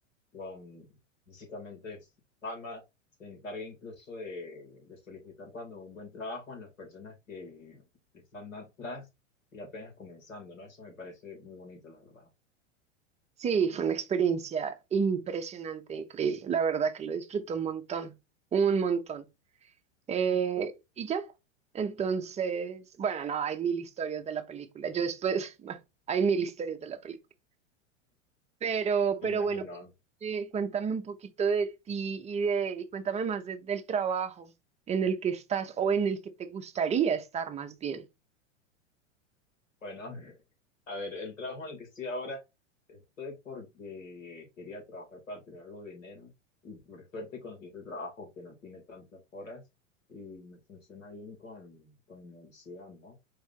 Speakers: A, on the left (about 85°); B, on the right (about 15°).
A: con básicamente fama, se encargue incluso de, de solicitar cuando un buen trabajo en las personas que están atrás y apenas comenzando, ¿no? Eso me parece muy bonito, la verdad.
B: Sí, fue una experiencia impresionante, increíble. La verdad que lo disfruto un montón, un montón. Eh,
A: Mm,
B: y ya, entonces, bueno, no, hay mil historias de la película. Yo después, <laughs> bueno, hay mil historias de la película. Pero,
A: me
B: pero
A: imagino.
B: bueno, cu- eh, cuéntame un poquito de ti y de, y cuéntame más de- del trabajo en el que estás o en el que te gustaría estar más bien.
A: Bueno, a ver, el trabajo en el que estoy ahora, estoy porque quería trabajar para tener algo de dinero y por suerte conseguí este trabajo que no tiene tantas horas y me funciona bien con, con mi universidad, ¿no?